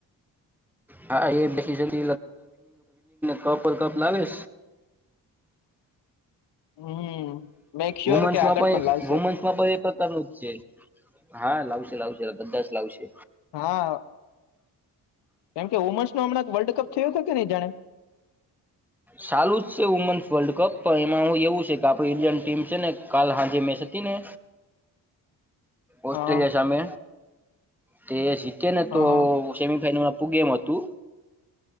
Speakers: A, in the centre; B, on the left.
A: હા એ <unintelligible> કપ કપ લાવે.
B: <inaudible> હમ મેક શ્યોર
A: વુમેન્સમાં
B: કે આગળ
A: પણ
B: લાવશે.
A: વુમેન્સમાં પણ એ પ્રકારનું જ છે. હા લાવશે લાવશે બધા જ લાવશે.
B: હા. કેમકે વુમન્સ નો હમણાં વર્લ્ડ કપ થયો હતો કે નહી જાણે.
A: ચાલુ જ છે વુમેન્સ વર્લ્ડ કપ. પણ એમાં હું એવું છે કે આપ ઇન્ડિયન ટીમ છે ને કાલ હાજે મેચ હતી ને. ઓસ્ટ્રેલિયા
B: હા
A: સામે, તે જીતે ને
B: હા
A: તો
B: હા
A: સેમીફાઈનલમાં. ગેમ હતું,